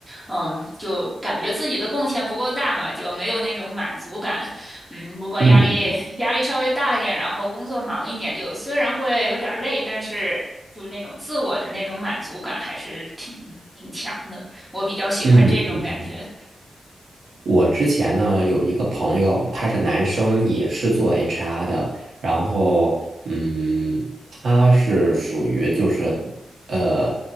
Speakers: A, in the centre; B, on the right.
A: 嗯，就感觉自己的贡献不够大嘛，就没有那种满足感。嗯，如果压力压力稍微大一点，
B: 嗯嗯
A: 然后工作忙一点，就虽然会有点儿累，但是就那种自我的那种满足感还是挺挺强的。我比较喜欢这种感觉。
B: 嗯嗯嗯。我之前呢有一个朋友，他是男生，也是做 HR 的，然后嗯，他是属于就是呃